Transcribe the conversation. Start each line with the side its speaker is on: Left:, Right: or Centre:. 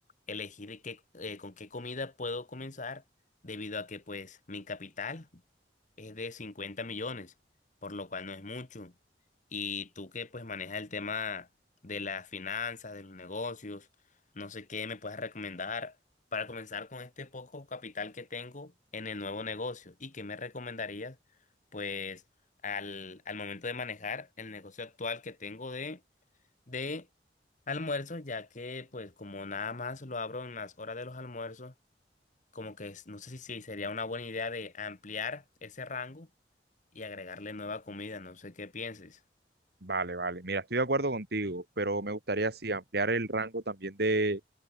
Left: elegir qué, eh, con qué comida puedo comenzar, debido a que pues mi capital es de 50 millones, por lo cual no es mucho. Y tú que pues manejas el tema de las finanzas, de los negocios, no sé qué me puedes recomendar para comenzar con este poco capital que tengo en el nuevo negocio. ¿Y qué me recomendarías pues al, al momento de manejar el negocio actual que tengo de, de almuerzos, ya que pues como nada más lo abro en las horas de los almuerzos, como que es- no sé si si sería una buena idea de ampliar ese rango y agregarle nueva comida, no sé qué pienses.
Right: Vale, vale, mira, estoy de acuerdo contigo, pero me gustaría sí ampliar el rango también de